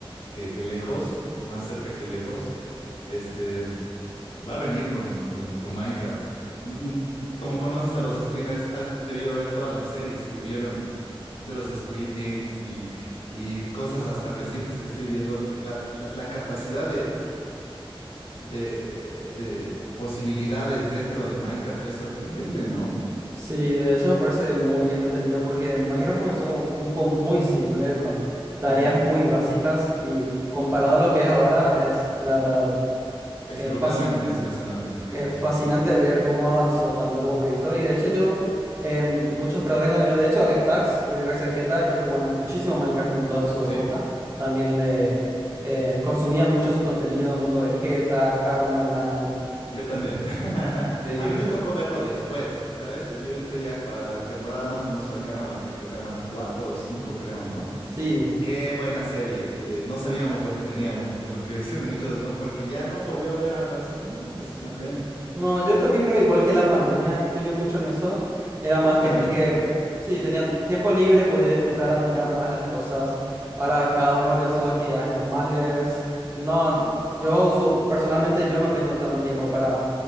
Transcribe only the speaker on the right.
Sí, de hecho me parece muy entretenido porque Minecraft comenzó como un juego muy simple, con tareas
muy básicas y comparado a lo que es ahora, es la verdad eh,
fascinante,
sí.
Es fascinante
ver cómo avanzó tanto como proyecto. Y de hecho yo, em, muchos creadores de contenido, de hecho Stax, Willy Rex Vegeta, ellos jugaban muchísimo Minecraft juntos en su época.
También le eh, consumían mucho su contenido, Mundo Vegeta, Karmaland.
Sí,
sí.
No, yo también creo igual que la pandemia influyó mucho en eso. Era más
gente que, sí, tenía tiempo libre, podía disfrutar, admirar más las cosas. Ahora cada uno volvió a sus actividades normales. No, yo uso, personalmente yo no tengo tanto tiempo para